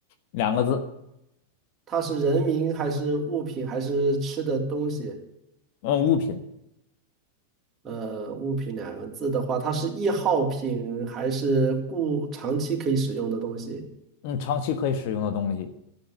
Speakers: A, on the left; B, on the right.
A: 两个字，
B: 它是人名还是物品还是吃的东西？
A: 嗯，物品，
B: 呃，物品两个字的话，它是易耗品还是固长期可以使用的东西？
A: 嗯，长期可以使用的东西，